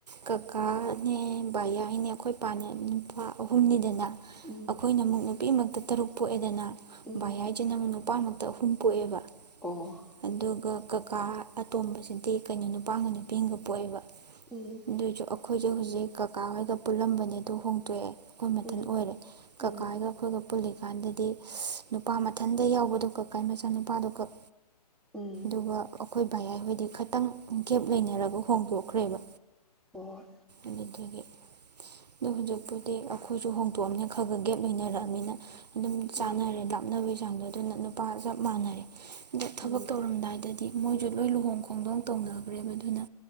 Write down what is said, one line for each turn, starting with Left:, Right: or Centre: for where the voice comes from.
Right: ꯀꯀꯥꯅꯦ ꯕꯌꯥꯢꯅꯦ ꯑꯩꯈꯣꯏ ꯄꯥꯅꯦ ꯎꯝ ꯅꯨꯄꯥ ꯑꯍꯨꯝꯅꯤꯗꯅ
Centre: ꯎꯝ
Right: ꯑꯩꯈꯣꯏꯅ ꯑꯃꯨꯛ ꯅꯨꯄꯤꯉꯥꯛꯇ ꯇꯔꯨꯛ ꯄꯣꯛꯑꯦꯗꯅ
Centre: ꯎꯝ
Right: ꯕꯌꯥꯏ ꯏꯆꯤꯟ ꯅꯪꯕꯨ ꯅꯨꯄꯥ ꯉꯥꯛꯇ ꯑꯍꯨꯝ ꯄꯣꯛꯑꯦꯕ
Centre: ꯑꫭ
Right: ꯑꯗꯨꯒ ꯀꯀꯥ ꯑꯇꯣꯝꯕꯁꯤꯗꯤ ꯀꯩꯅꯣ ꯅꯨꯄꯥꯒ ꯅꯨꯄꯤꯒ ꯄꯣꯛꯑꯦꯕ
Centre: ꯎꯝ
Right: ꯑꯗꯨꯏꯁꯨ ꯑꯩꯈꯣꯏꯁꯦ ꯍꯧꯖꯤꯛ ꯀꯀꯥ ꯍꯣꯏꯒ ꯄꯨꯜꯂꯝꯕꯅꯦ ꯑꯗꫭ ꯍꯣꯡꯇꯣꯛꯑꯦ ꯑꯩꯈꯣꯏ ꯃꯊꯟ
Centre: ꯎꯝ
Right: ꯑꯣꯏꯔꯦ
Centre: ꯎꯝ
Right: ꯀꯀꯥꯒ ꯑꯩꯈꯣꯏꯒ ꯄꯨꯜꯂꯤ ꯀꯥꯟꯗꯗꯤ ꯅꯨꯄꯥ ꯃꯊꯟꯗ ꯌꯥꯎꯕꯗꯣ ꯀꯀꯥ ꯃꯆꯥ ꯅꯨꯄꯥꯗꫭ ꯈꯛ
Centre: ꯎꯝ
Right: ꯑꯗꯨꯒ ꯑꯩꯈꯣꯏ ꯕꯥꯏꯌꯥꯏ ꯍꯣꯏꯗꯤ ꯈꯤꯇꯪ ꯒꯦꯞ ꯂꯩꯅꯔꯒ ꯍꯣꯡꯗꯣꯛꯈ꯭ꯔꯦꯕ
Centre: ꯑꯣ
Right: ꯑꯗꯨꯏꯗꯨꯒꯤ ꯑꯗꫭ ꯍꯧꯖꯤꯛꯄꯨꯗꯤ ꯑꯗꯩ ꯑꯩꯈꯣꯏꯁꯨ ꯍꯣꯡꯗꯣꯛꯑꯃꯤꯅ ꯈꯔ ꯈꯔ ꯒꯦꯞ ꯂꯩꯅꯔꯛꯑꯅꯤꯅ ꯑꯗꯨꯝ ꯆꯥꯅꯔꯦ
Centre: ꯃꯥꯅꯦ
Right: ꯂꯥꯛ ꯅꯥꯞꯅꯕꯒꯤ ꯆꯥꯡꯗꯣ ꯑꯗꯨꯅ ꯅꯨꯄꯥ ꯆꯞ ꯃꯥꯟꯅꯔꯦ ꯑꯗꫭ ꯊꯕꯛ
Centre: ꯎꯝ
Right: ꯇꯧꯔꯝꯗꯥꯏꯗꯗꯤ ꯃꯣꯏꯁꯨ ꯂꯣꯏ ꯂꯨꯍꯣꯡ ꯈꯣꯡꯗꯣꯡ ꯇꯧꯅꯈ꯭ꯔꯦꯕ ꯑꯗꯨꯅ